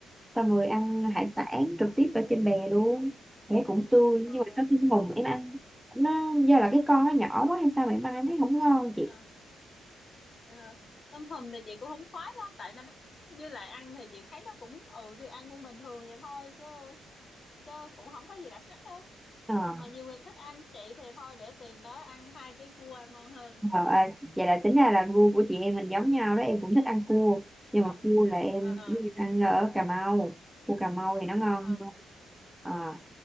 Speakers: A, in the centre; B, on the left.
A: xong rồi ăn hải
B: ừ.
A: sản trực tiếp ở trên bè luôn bé cũng tươi
B: ờ
A: nhưng mà
B: ờ
A: sau khi mùng em ăn nó do là cái con nó nhỏ quá hay sao mà em ăn em thấy không ngon
B: ờ.
A: chị
B: Dạ. tôm hùm thì chị cũng không khoái lắm tại nó đắt với lại ăn thì chị thấy nó cũng ừ thì ăn cũng bình thường vậy thôi chứ chứ cũng không có gì đặc sắc á
A: ờ
B: mà mà nhiều người thích ăn chị thì thôi để tiền đó ăn hai cái cua ngon hơn
A: Ờ, à, vậy là tính ra là gu của chị em mình giống nhau đó em cũng thích ăn cua
B: ờ
A: nhưng mà cua là em
B: ờ
A: giống như ăn ở Cà Mau cua Cà Mau thì nó ngon
B: ờ
A: hơn à,